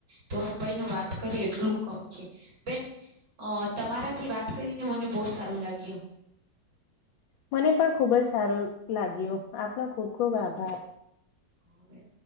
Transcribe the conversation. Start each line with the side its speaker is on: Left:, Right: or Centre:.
Right: તો ભાઈને વાત કરીે એટલું કમ છે બેન તમારાથી વાત કરીને મને બહુ સારું લાગ્યું
Left: મને પણ ખુબ જ સારું લાગ્યું આપનો ખુબ ખુબ આભાર.
Right: હ બેન